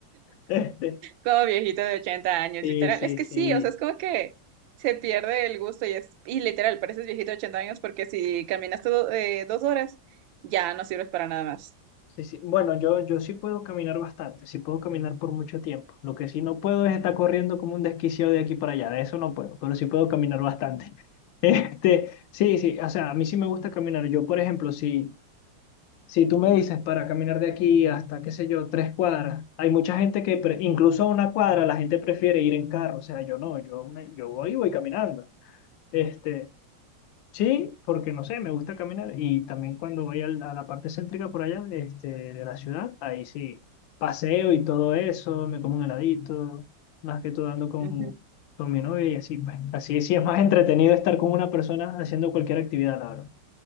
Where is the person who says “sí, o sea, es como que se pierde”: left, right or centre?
Right